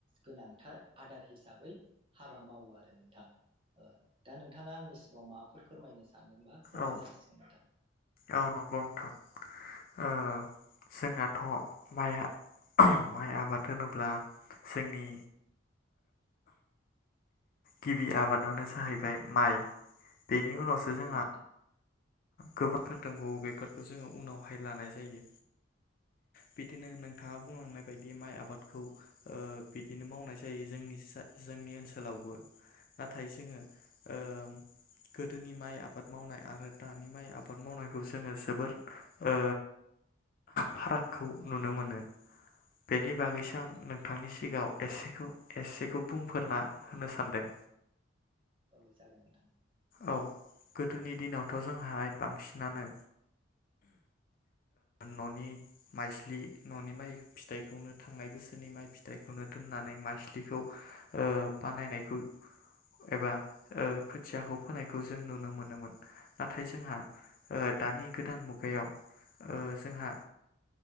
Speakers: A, on the right; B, on the left.
A: गोनांथार आदार हिसाबै हाबा मावो आरो नोंथां ओ दा नोंथाङा आंनि अ माबाफोर फोरमायनो सानदोंबा फोरमायनो
B: औ
A: हासिगोन नोंथां
B: औ नंगौ नोंथां ओ जोंनाथ' माइ माइ आबाद होनोब्ला जोंनि गिबि आबादानो जाहैबाय माइ बेनि उनावसो
A: औ
B: जोंहा
A: नोंथां
B: गोबोरफोर दंबावो बेफोरखौ जोङो उनावहाय लानाय जायो बिदिनो नोंथाङा बुंलांनाय बायदि माइ आबादखौ बिदिनो मावनाय जायो जोंनि जोंनि ओनसोलावबो नाथाय जोङो ओ गोदोनि माइ आबाद मावनाय आरो दानि माइ आबाद मावनायखौ जोङो जोबोर ओ फारागखौ नुनो मोनो बेनि बागैसो
A: औ नोंथां
B: आं नोंथांनि सिगाव एसेखौ एसेखौ बुंफोरना होनो सानदों
A: औ जागोन नोंथां
B: औ गोदोनि दिनावथ' जोंहाय बांसिनानो ओ न'नि माइज्लि न'नि माइ फिथाइखौनो थांनाय बोसोरनि माइ फिथाइखौनो दोननानै माइज्लिखौ बानायनायखौ एबा ओ खोथियाखौ फोनायखौ जों नुनो मोनोमोन नाथाय जोंहा ओ दानि गोदान मुगायाव‌ ओ जोंहा